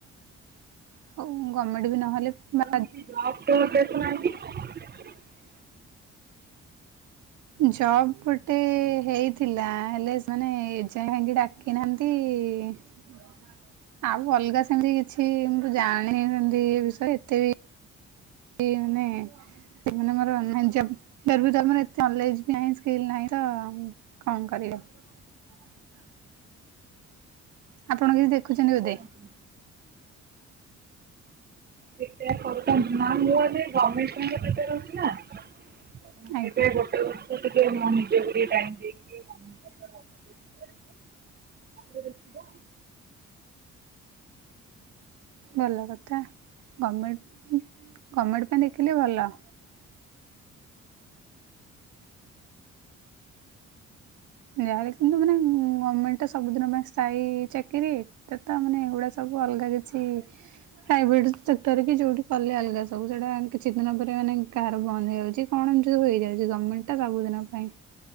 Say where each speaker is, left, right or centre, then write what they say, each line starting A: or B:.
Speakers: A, on the right; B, on the right.
A: ହୋଉ ଗର୍ମେଣ୍ଟ ନହେଲେ ମ
B: <unintelligible>
A: ଜବ ଗୋଟେ ହେଇଥିଲା ହେଲେ ସେମାନେ ଏଯାଏ କାହିଁକି ଡାକି ନାହାନ୍ତି? କି ଆଉ ଅଲଗା ସେମତି କିଛି ମୁଁ ତ ଜାଣିନି ସେମତି ଏ ବିଷୟ ଏତେ ବି। ଏଇ ମାନେ ସେମାନେ ମୋର ଅନ୍‌ ନାଇନି ଜବ୍ <unintelligible> ମୋର ଏତେ ନଲେଜ ନାହିଁ ସ୍କିଲ ନାହିଁ ତ ମୁଁ କଣ କରିବି। ହଁ ଆପଣ କିଛି ଦେଖୁଚନ୍ତି
B: ପ୍ରିପେୟାର କରୁନାହାନ୍ତି ପ୍ରିପେୟାର
A: ବୋଧେ।
B: କରୁଥାନ୍ତୁ <unintelligible> ନା ମୁ ଏବେ ଗର୍ଭମେଣ୍ଟ ପାଇଁ ପିପିଆର ହେଉଛି ନା।
A: ଆଜ୍ଞା
B: ଏବେ ଗୋଟେ ଟିକେ ମୁଁ ନିଜେକି ଟିକେ ଟାଇମ ଦେଇକି ତାପରେ ଦେଖିବା
A: ଭଲ କଥା ଗଭଣମେଣ୍ଟ ଗଭଣ୍ଣମେଣ୍ଟ ପାଇଁ ଦେଖିଲେ ଭଲ। ଯାହାେଲେ କିନ୍ତୁ ମାନେ ଗଭର୍ଣମେଣ୍ଟ ତ ସବୁଦିନ ପାଇଁ ସ୍ଥାୟୀ ଚାକିରିେ ତ ମାନେ ଏଗୁଡା ସବୁ ଅଲଗା କିଛି ପ୍ରାଇଭେଟ ସେକ୍ଟର କି ଯୋଉଠି କଲେ ଅଲଗା ସବୁ ସେଟା କିଛି ଦିନ ପରେ ମାନେ। କାହାର ବନ୍ଦ ହେଇଯାଉଛି କଣ ଯୁ ହେଇଯାଉଛି ଗମେଣ୍ଟ ଟା ସବୁଦିନ ପାଇଁ